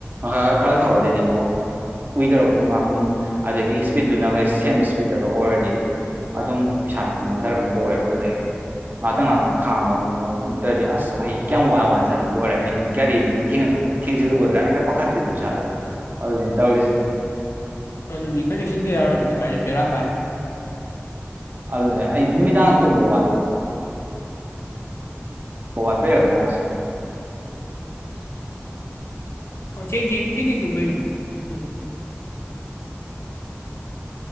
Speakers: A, on the right (about 45°); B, on the left (about 70°).
A: ꯉ ꯈꯔ ꯊꯧꯔꯗꯩꯗꯤ ꯑꯃꯨꯛ ꯀꯨꯏꯊꯔꯛꯀꯨꯝ ꯅꯥꯀꯨꯝ ꯑꯗꯒꯤ ꯏꯁꯄꯤꯠꯇꯨꯅꯒ ꯁꯦꯝ ꯏꯁꯄꯤꯠꯇꯒ ꯑꯣꯏꯔꯗꯤ ꯑꯗꯨꯝ ꯏꯁꯥꯁꯦ ꯃꯣꯟꯊꯔꯛꯀꯨꯝ ꯇꯧꯋꯦꯕ ꯑꯗꯩ ꯉꯥꯛꯇꯪ ꯉꯥꯏꯍꯥꯛꯇꯪ ꯈꯥꯝꯕ ꯃꯣꯛ ꯅꯠꯇ꯭ꯔꯗꯤ ꯑꯁ ꯑꯩ ꯀꯌꯥꯝ ꯋꯥꯏꯅ ꯋꯥꯅ ꯆꯠꯂ ꯂꯣꯏꯔꯦ ꯑꯩꯅꯤ ꯒꯥꯔꯤ ꯊꯦꯡꯖꯤꯜꯂꯨꯒꯗ꯭ꯔꯥ ꯍꯦꯛꯇ ꯄꯥꯈꯠꯄꯤꯗꯨꯣ ꯏꯁꯥꯗ ꯑꯗꯨꯅ ꯇꯧꯔꯤꯁꯦ
B: ꯍꯣꯏ ꯑꯗꯨꯅꯤ ꯈꯔ ꯆꯦꯛꯁꯤꯟꯗ ꯌꯥꯔꯣꯏ ꯑꯗꯨꯗꯤ ꯀꯔꯤ ꯕꯔ ꯀꯅꯤ
A: ꯑꯗꯨꯅꯦ ꯑꯩ ꯅꯨꯃꯤꯗꯥꯡ ꯇꯨꯝꯕ ꯋꯥ ꯍ ꯋꯥꯄꯦꯈꯗꯁ
B: ꯑꯣ ꯆꯦꯡ ꯆꯦꯡ ꯆꯦꯡ ꯆꯦꯡ ꯇꯨꯝꯕꯅꯤ ꯎꯝ